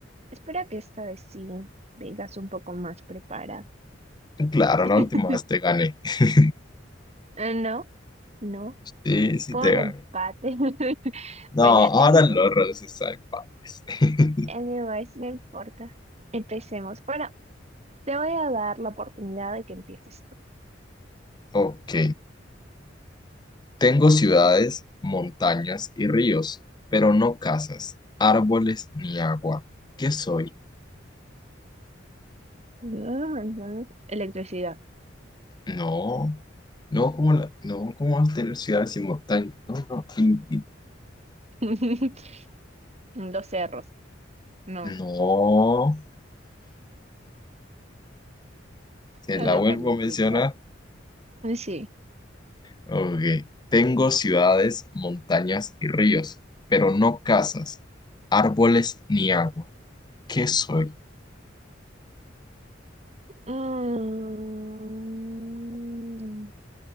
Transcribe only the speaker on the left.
Claro, la última
vez te gané. <laughs>
Sí, sí
te
gané.
No,
ahora
los roles están en partes. <laughs>
Ok. Tengo ciudades, montañas y ríos, pero no casas, árboles ni agua. ¿Qué soy?
No. No, como la- no, ¿cómo vas a tener ciudades y montañas? No, no. in-
No, te
la
vuelvo
a mencionar.
Ok. Tengo ciudades, montañas y ríos, pero no casas, árboles ni agua. ¿Qué soy?